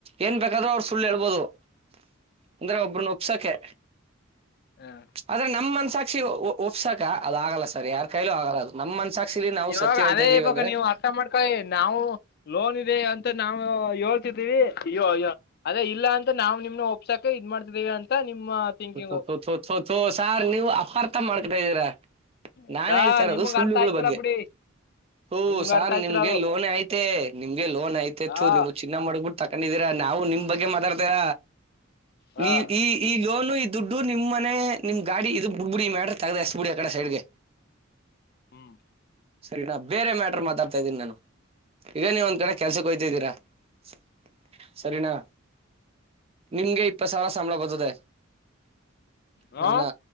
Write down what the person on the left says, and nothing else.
<unintelligible>
ಇವಾಗ
ಅದೇ
ಇವಾಗ ನೀವು ಅರ್ಥ ಮಾಡ್ಕೊಳ್ಳಿ ನಾವು ಲೋನ್ ಇದೆ ಅಂತ ನಾವು ಹೋಳ್ತಿದ್ದೀವಿ. ಅಯ್ಯೋ ಅಯ್ಯೋ ಅದೇ ಇಲ್ಲ ಅಂತ ನಾವು ನಿಮ್ನ ಒಪ್ಸಾಕ ಇದ್ ಮಾಡ್ತಿದೀವಿ ಅಂತ ನಿಮ್ಮ ಥಿಂಕಿಂಗು
ಆಯ್ತಾ
ನಿಮ್ಗ್
ಅರ್ಥ ಆಯ್ತಿಲ್ಲ
ಬಿಡಿ
ನಿಮ್ಗ್
ಅರ್ಥ ಆಯ್ತಿಲ್ಲ
ಅದು
ಹಾ
ಹಾ
ಹ್ಮ್
ಹ್ಮ್
ಹಾ